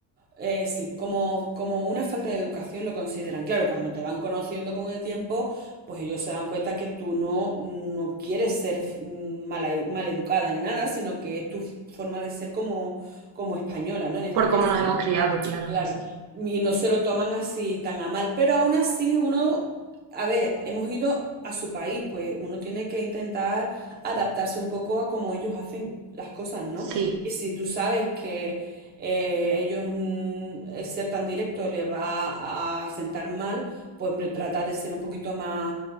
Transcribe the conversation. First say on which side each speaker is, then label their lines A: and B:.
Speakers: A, on the right; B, on the right.
A: eh, sí, como, como una falta de educación lo consideran. Claro, cuando te van conociendo con el tiempo, pues ellos se dan cuenta que tú no, no quieres ser mm, mala, maleducada ni nada, sino que es tu forma de ser como, como española, ¿no? En este
B: por
A: caso.
B: cómo nos hemos criado, claro,
A: Claro,
B: es así.
A: y no se lo toman así tan a mal, pero aún así uno, a ver, hemos ido a su país, pues uno tiene que intentar adaptarse un poco a cómo ellos hacen las cosas, ¿no?
B: Sí,
A: Y si tú sabes que eh, ellos mm, el ser tan directo le va a sentar mal, pues hombre, trata de ser un poquito más